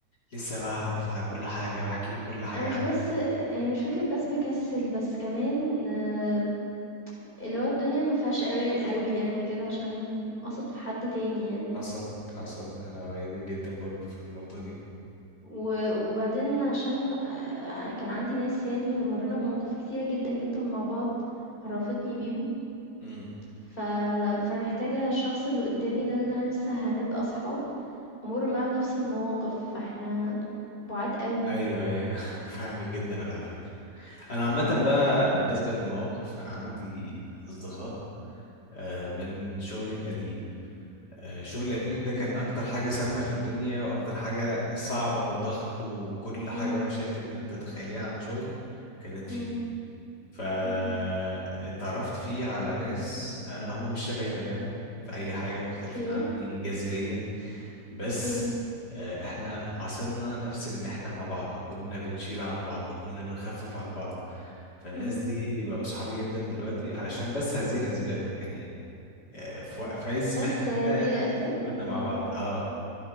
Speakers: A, on the left; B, on the left.
A: لسه بعرف على كل حاجة واحكي له كل حاجة
B: انا مش
A: عني
B: بس هي مش فكرة بس بكسل بس كمان آه، اللي هو الدنيا ما فيهاش امان قوي يعني كده عشان اثق في حد تاني يعني
A: حصل حصل انا أؤيدك جدا برضو في النقطة دي
B: و- وبعدين عشان آه، كان عندي ناس يعني مرينا بمواقف كتيرة جدا جدا مع بعض عرفتني بيهم
A: امم
B: ف... فانا محتاجة الشخص اللي قدامي ده اللي انا لسه هنبقى اصحاب امر معاه بنفس المواقف فاحنا بعاد قوي
A: ايوه ايوه <laughs> فاهم جدا على فكرة انا عامة
B: مم.
A: بقى بالنسبة للمواقف انا عندي اصدقاء آه، من شغلي القديم آه، شغلي القديم ده كان اكتر حاجة سامة في الدنيا واكتر حاجة صعبة وضغط وكل حاجة
B: مم.
A: وحشة انت ممكن تتخيليها عن شغل كانت
B: مم.
A: فيه فاتعرفت
B: مم.
A: فيه على ناس انا هم مش شبهي تماما في اي حاجة مختلفين
B: اوكي
A: عني جذريا بس
B: اوكي
A: آه، احنا عاصرنا نفس المحنة مع بعض وكنا بنشيل عن بعض وكنا بنخفف عن بعض فالناس
B: مم.
A: دي بقوا صحابي جدا دلوقتي علشان بس هذه الأسباب يعني آه، في وق- في عز
B: بس
A: محنتنا
B: آه، دي
A: احنا
B: الاسباب
A: الاتنين كنا
B: مم.
A: مع بعض اه